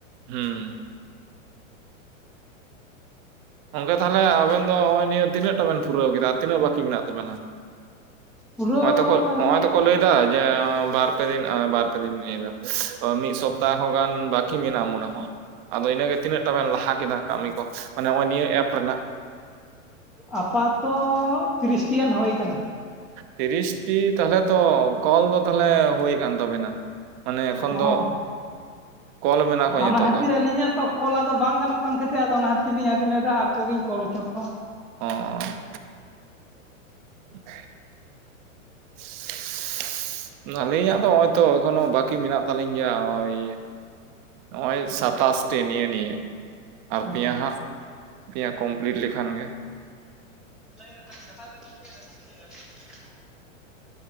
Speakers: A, on the right; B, in the centre.
A: ᱦᱩᱸ ᱜᱚᱝᱠᱮ ᱛᱟᱞᱦᱮ ᱟᱵᱮᱱ ᱫᱚ ᱱᱚᱜᱼᱚᱭ ᱱᱤᱭᱟᱹ ᱛᱤᱱᱟᱹᱜ ᱴᱟ ᱵᱮᱱ ᱯᱩᱨᱟᱹᱣ ᱠᱮᱫᱟ ᱛᱤᱱᱟᱹᱜ ᱵᱟᱠᱤ ᱢᱮᱱᱟᱜ ᱛᱟᱵᱮᱱᱟ?
B: ᱯᱩᱨᱟᱹᱣ
A: ᱦᱚᱸᱜᱼᱚᱭ ᱛᱚᱠᱚ
B: ᱟᱹᱞᱤᱧᱟᱜ
A: ᱦᱚᱸᱜᱼᱚᱭ ᱛᱚᱠᱚ ᱞᱟᱹᱭᱫᱟ ᱡᱮ ᱵᱟᱨ ᱵᱟᱨ ᱯᱮ ᱫᱤᱱ ᱵᱟᱨ ᱯᱮ ᱫᱤᱱ ᱞᱟᱹᱭᱟ ᱢᱤᱫ ᱥᱚᱯᱛᱟ ᱦᱚᱸ ᱜᱟᱱ ᱵᱟᱠᱤ ᱢᱮᱱᱟᱜᱼᱟ ᱢᱚᱱᱮ ᱦᱚᱭ᱾ ᱟᱫᱚ ᱤᱱᱟᱹᱜᱮ ᱛᱤᱱᱟᱹᱜ ᱴᱟ ᱵᱮᱱ ᱞᱟᱦᱟ ᱠᱮᱫᱟ ᱠᱟᱹᱢᱤ ᱠᱚ ᱢᱟᱱᱮ ᱱᱚᱜᱼᱚᱭ ᱱᱤᱭᱟᱹ ᱮᱯ ᱨᱮᱱᱟᱜ?
B: ᱟᱯᱟᱛᱚ ᱛᱤᱨᱤᱥᱴᱤ ᱜᱟᱱ ᱦᱳᱭ ᱠᱟᱱᱟ᱾
A: ᱛᱤᱨᱤᱥᱴᱤ ᱛᱟᱦᱚᱞᱮ ᱛᱚ ᱠᱚᱞ ᱫᱚ ᱛᱟᱦᱟᱞᱮ ᱦᱳᱭ ᱠᱟᱱ ᱛᱟᱵᱮᱱᱟ? ᱢᱟᱱᱮ ᱮᱠᱷᱚᱱ
B: ᱦᱚᱸ
A: ᱫᱚ ᱠᱚᱞ ᱢᱮᱱᱟᱜ ᱠᱚ ᱱᱤᱛᱚᱜ
B: ᱚᱱᱟ ᱠᱷᱟᱹᱛᱤᱨ
A: ᱫᱚ
B: ᱟᱹᱞᱤᱧᱟᱜ ᱫᱚ ᱠᱚᱞ ᱟᱫᱚ ᱵᱟᱝ ᱜᱟᱱᱚᱜ ᱠᱟᱱ ᱠᱷᱟᱹᱛᱤᱨ ᱟᱫᱚ ᱚᱱᱟ ᱠᱷᱟᱹᱛᱤᱨ ᱞᱤᱧ ᱟᱫᱚᱧ ᱞᱮᱫᱟ ᱟᱠᱚᱜᱮᱧ ᱠᱚᱞ ᱚᱪᱚ ᱠᱚᱣᱟ᱾
A: ᱚ <inaudible> <unintelligible> ᱟᱹᱞᱤᱧᱟᱜ ᱫᱚ ᱦᱚᱸᱜᱼᱚᱭ ᱛᱚ ᱮᱠᱷᱚᱱᱳ ᱵᱟᱹᱠᱤ ᱢᱮᱱᱟᱜ ᱛᱟᱹᱞᱤᱧ ᱜᱮᱭᱟ ᱦᱚᱜᱼᱚᱭ ᱱᱚᱜᱼᱚᱭ ᱥᱟᱛᱟᱥ ᱴᱤ ᱱᱤᱭᱟᱹ ᱱᱤᱭᱮ᱾ ᱟᱨ
B: ᱚ
A: ᱯᱮᱭᱟ ᱦᱟᱸᱜ ᱯᱮᱭᱟ ᱠᱚᱢᱯᱞᱤᱴ ᱞᱮᱠᱷᱟᱱ ᱜᱮ᱾
B: <inaudible>